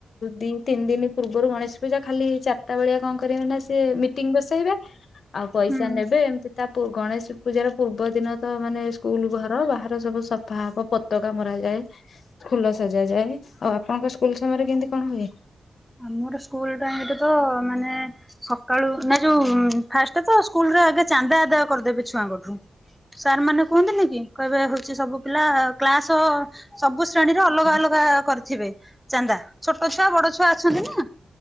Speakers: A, on the left; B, in the centre.
A: ଦି ତିନି ଦିନ ପୂର୍ବରୁ ଗଣେଶ ପୂଜା ଖାଲି ଚାରିଟା ବେଳିଆ କଣ କରିବେ ନା ସିଏ ମିଟିଂ ବସେଇବେ। ଆଉ ପଇସା
B: ହୁଁ
A: ନେବେ ଏମତି ତା ପୁ ଗଣେଶ ପୂଜାର ପୂର୍ବ ଦିନ ତ ମାନେ ସ୍କୁଲ ଘର ବାହାର ସବୁ ସଫା ହବ ପତକା ମରା ଯାଏ ଫୁଲ ସଜା ଯାଏ ଆଉ ଆପଣଙ୍କ ସ୍କୁଲ ସମୟରେ କେମିତି କଣ ହୁଏ।
B: ମୋର ସ୍କୁଲ ଟାଇମରେ ତ ମାନେ ସକାଳୁ ନା ଯୋଉ ଫାଷ୍ଟ ତ ସ୍କୁଲରେ ଆଗେ ଚାନ୍ଦା ଆଦାୟ କରିଦେବେ ଛୁଆଙ୍କଠୁ ସାର୍ ମାନେ କୁହନ୍ତିନି କି କହିବେ ହଉ। ସବୁ ପିଲା କ୍ଲାସ ସବୁ। ଶ୍ରେଣୀରେ ଅଲଗା
A: ହଁ
B: ଅଲଗା କରିଥିବେ ଚାନ୍ଦା। ଛୋଟ ଛୁଆ ବଡ ଛୁଆ ଅଛନ୍ତି ନା।